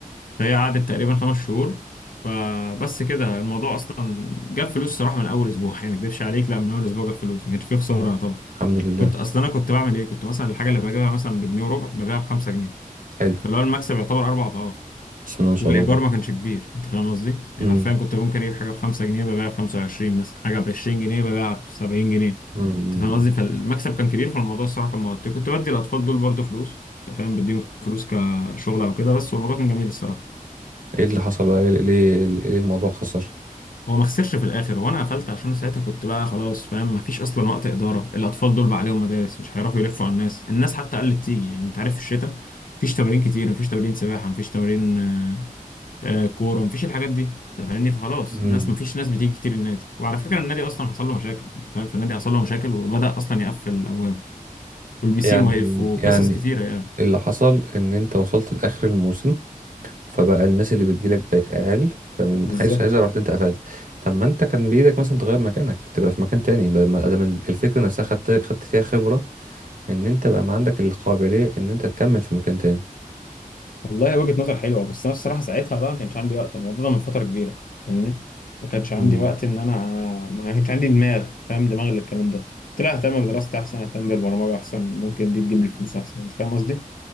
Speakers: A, on the left; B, on the right.
A: فهي قعدت تقريبا خمس شهور فبس كده الموضوع اصلا جاب فلوس صراحه من اول اسبوع يعني ما اكدبش عليك لا من اول اسبوع جاب فلوس ما كانش فيه خساره طبعا
B: الحمد لله
A: كنت اصلا انا كنت بعمل ايه كنت مثلا الحاجه اللي بجيبها مثلا بجنيه وربع ببيعها ب 5 جنيه
B: حلو
A: فاللي هو المكسب يعتبر اربع اضعاف
B: بسم الله ما شاء
A: والايجار
B: الله
A: ما كانش كبير انت فاهم قصدي يعني
B: امم
A: حرفيا كنت ممكن اجيب حاجه ب 5 جنيه ببيعها ب 25 مثلا حاجه ب 20 جنيه ببيعها ب 70 جنيه
B: امم
A: انت فاهم قصدي فالمكسب كان كبير فالموضوع الصراحه كان مغطي كنت بدي الاطفال دول برضو فلوس انت فاهم بديهم فلوس كشغل او كده بس والموضوع كان جميل الصراحه
B: ايه اللي حصل بقى ليه ليه ليه الموضوع خسر
A: هو ما خسرش في الاخر وانا قفلت عشان ساعتها كنت بقى خلاص فاهم ما فيش اصلا وقت اداره الاطفال دول بقى عليهم مدارس مش هيعرفوا يلفوا على الناس الناس حتى قلت تيجي يعني انت عارف في الشتاء مفيش تمارين كتير مفيش تمارين سباحه مفيش تمارين آه، آه، كوره مفيش الحاجات دي انت فاهمني فخلاص
B: امم
A: الناس مفيش ناس بتيجي كتير النادي وعلى فكره النادي اصلا حصل له مشاكل انت فاهم فالنادي حصل له مشاكل وبدا اصلا يقفل الابواب والبيسين
B: يعني
A: واقف وقصص
B: يعني
A: كتيره يعني
B: اللي حصل ان انت وصلت لاخر الموسم فبقى الناس اللي بتجيلك بقت اقل فمن
A: بالظبط
B: حيث هذا رحت انت قفلت طب ما انت كان بايدك مثلا تغير مكانك تبقى في مكان تاني بدل ما ادام الفكره نفسها خدت خدت فيها خبره ان انت بقى ما عندك القابليه ان انت تكمل في مكان تاني
A: والله وجهة نظر حلوة بس أنا الصراحة ساعتها بقى ما كانش عندي وقت الموضوع ده من فترة كبيرة فاهمني ما كانش عندي
B: مم.
A: وقت إن أنا ما كانش عندي دماغ فاهم دماغ للكلام ده قلت لها أهتم بدراستي أحسن أهتم بالبرمجة أحسن ممكن دي تجيب لي فلوس أحسن أنت فاهم قصدي